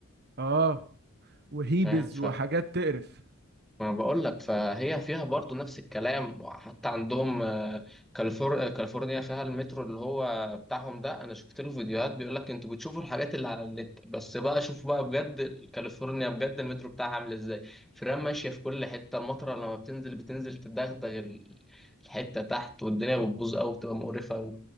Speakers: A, on the right; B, in the centre.
A: اه وهيبز
B: فاهم
A: وحاجات تقرف
B: ما بقول لك فهي فيها برضو نفس الكلام حتى عندهم آه، كاليفور... آه، كاليفورنيا فيها المترو اللي هو بتاعهم ده انا شفت له فيديوهات بيقول لك انتوا بتشوفوا الحاجات اللي على النت بس بقى شوف بقى بجد كاليفورنيا بجد المترو بتاعها عامل ازاي فرام ماشية في كل حتة المطرة لما بتنزل بتنزل تدغدغ ال- الحتة تحت والدنيا بتبوظ قوي بتبقى مقرفة قوي